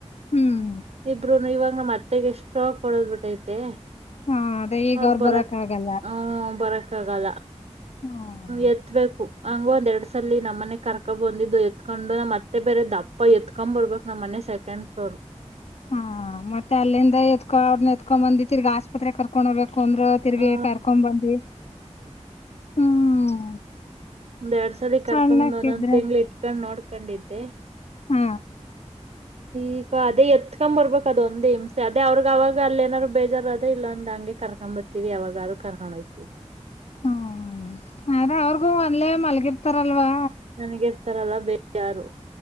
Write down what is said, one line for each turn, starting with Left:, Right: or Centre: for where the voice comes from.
Left: ಹ್ಮ್
Right: ಇಬ್ರು ಇವಾಗ ನಮ್ಮ್ ಮತ್ತೆೆಗೆ ಎಷ್ಟ ಕೊಡದ್ಬಿಟ್ಟೈತೆ
Left: ಹ ಅದೇ ಈಗ
Right: ಅವ್ರ ಬರಕ್
Left: ಆಗಲ್ಲ
Right: ಹ ಬರಕ್ ಆಗಲ್ಲ
Left: ಹ್ಮ್
Right: ಎತ್ಬೇಕು ಹಂಗ ಒಂದ ಎರಡ್ ಸಲ ನಮ್ಮನೆಗ್ ಕರ್ಕ ಬಂದಿದ್ದು ಎತ್ಕೊಂಡು ನ್ ಮತ್ತೆ ಬೇರೆ ದಪ್ಪ ಪ ಎತ್ಕೊ್ ಬರ್ಬೇಕಕ್ ನಮ್ಮ್ ಮನೆ ಸೆಕಂಡ್ ಫ್ಲೋರ್
Left: ಹಾ ಮತ್ತೆ ಅಲ್ಲಿಂದ ಎತ್ಕೊ ಅವ್ರನ್ನ ಎತ್ಕೊ ಬಂದಿ ತಿರ್ಗಿ ಆಸ್ಪತ್ರೆಗೆ ಕರ್ಕೊಂಡ ಹೋಗಬೇಕು ಕಂದ್ರ ತಿರ್ಗಿ
Right: ಹ್ಮ
Left: ಕರ್ಕೊಂಡ ಬಂದವಿ ಹ್ಮ್
Right: ಒಂದ್ ಎರಡ್ ಸಾರಿ
Left: ಸಣ್ಣಕ್ಕಿದ್ರೆ
Right: ಕರ್ಕೊಂಬಂದ್ ಒಂದೊಂದ್ ತಿಂಗ್ಳ ಇಟ್ಕೊಂಡ್ ನೋಡ್ಕೊಂಡಿದ್ದೆ
Left: ಹ್ಮ
Right: ಈಗ ಅದೇ ಎತ್ಕೊ್ ಬರ್ಬೇಕು ಅದು ಒಂದ್ ಹಮಸೆ ಅದೇ ಅವ್ರಗ್ ಅವಾಗ ಅಲ್ಲಿ ಏನಾರ್ರು ಬೇಜಾರು ಅೇ ಇಲ್ಲ ಅಂದ ಹಂಗೆ ಕ ಕರ್ಕೊಂಡ್ ಬರ್ತೀವಿ ಅವವಾಗೂ ಕರ್ಕೊಂಡೋಯ್ತಿವಿ
Left: ಹ್ಮ ಆದ್ರೆ ಅವ್ರಗೂ ಒಂದ್ಲೆೇ ಮಲ್ಗಿರ್ತಾರಲ್ವಾ
Right: ನನಗರ್ತಾರಲ್ಲ ಬೇ ಯಾರು